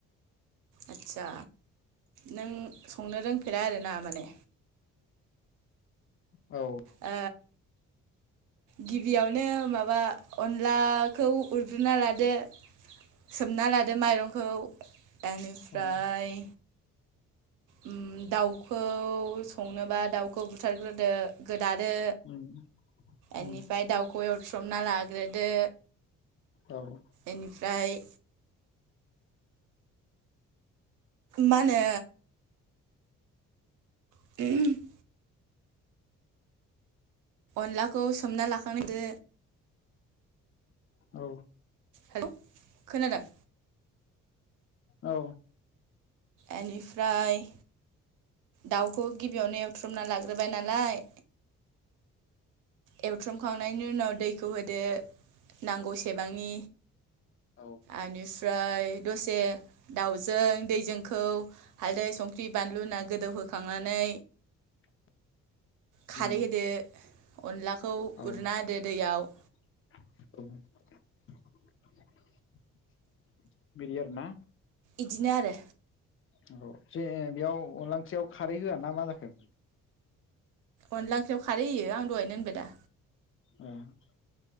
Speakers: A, on the right; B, on the left.
A: आदसा नों संनो रोंफेरा आरोना माने?
B: औ।
A: ओ। गिबियावनो माबा अनलाखौ उरग्रोना लादो।
B: <inaudible>
A: सोमना लादो माइरंखौ, एनिफ्राय
B: औ
A: अम दाउखौ संनोबा दाउखौ बुथारग्रोदो गोदादो
B: उम
A: एनिफ्राय
B: उम
A: दाउखौ एवथ्रमना लाग्रोदो।
B: दाव
A: एनिफ्राय मा नो <inaudible> अनलाखौ सोमना लाखांदो।
B: औ।
A: हेल' खोनादों?
B: औ।
A: एनिफ्राय दाउखौ गिबियावनो एवथ्रुमना लाग्रोबाय नालाय। एवथ्रमखांनायनि उनाव दैखौ होदो, नांगौ सेबांनि।
B: औ
A: आनिफ्राय दसे दाउजों दैजोंखौ हालदै संख्रि बानलु ना गोदौहोखांनानै
B: <inaudible>
A: खारै
B: उम
A: होदो अनलाखौ
B: औ औ
A: उरना होदो दैयाव।
B: <unintelligible> बिदि आरो ना?
A: इदिनो आरो।
B: अ जे बेयाव अनलांख्रियाव खारै होआ ना मा जाखो?
A: अनला ओंख्रियाव खारै होयो आं दहायनो होनबाय दा।
B: <unintelligible>